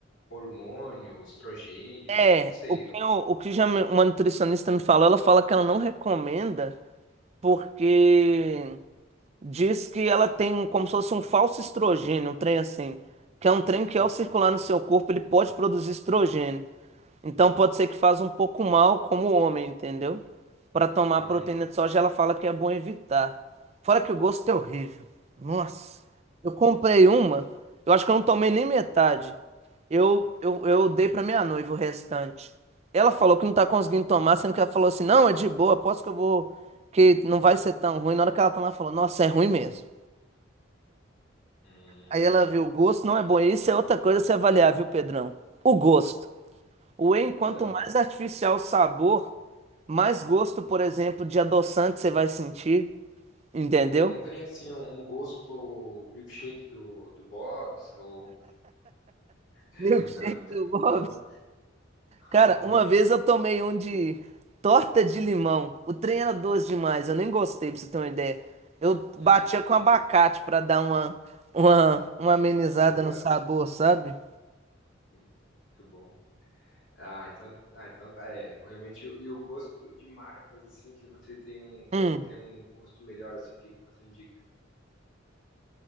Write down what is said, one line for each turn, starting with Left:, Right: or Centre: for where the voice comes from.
Left: hormônio, estrogênio,
Right: É,
Left: não sei.
Right: o que,
Left: eu-
Right: eu- o que já me- uma nutricionista me falou, ela fala que ela não recomenda porque diz que ela tem como se fosse um falso estrogênio, um trem assim, que é um trem que
Left: Uhum.
Right: ao circular no seu corpo ele pode produzir estrogênio. Então pode ser que faz um pouco mal como o homem, entendeu? Para tomar
Left: Hum,
Right: proteína de soja, ela fala que é bom evitar. Fora que o gosto é horrível. Nossa. Eu comprei uma, eu acho que eu não tomei nem metade. Eu, eu, eu dei pra minha noiva o restante. Ela falou que não tá conseguindo tomar, sendo que ela falou assim: não, é de boa, aposto que eu vou. que não vai ser tão ruim. Na hora que ela tomar, ela falou: nossa, é ruim mesmo.
Left: hum.
Right: Aí ela viu: o gosto não é bom. E Isso é outra coisa a se avaliar, viu, Pedrão? O gosto. O whey, quanto
Left: Então,
Right: mais artificial o sabor, mais gosto, por exemplo, de adoçante você vai sentir. Entendeu?
Left: n- não tem, assim, um, um gosto milkshake do, do Bob's ou <laughs>
Right: Milkshake do Bob.
Left: algo,
Right: Cara,
Left: algo...
Right: uma vez eu tomei um de torta de limão. O trem era doce demais, eu nem gostei, pra você ter uma ideia. Eu batia
Left: Hum.
Right: com abacate pra dar uma, uma, uma amenizada
Left: Quebrado.
Right: no sabor, sabe?
Left: Hum, Muito bom. Ah, então, ah, então tá, é, realmente, e o gosto de marcas, assim, que você tem um, go-
Right: Hum,
Left: tem um gosto melhor, assim, o que, que você indica?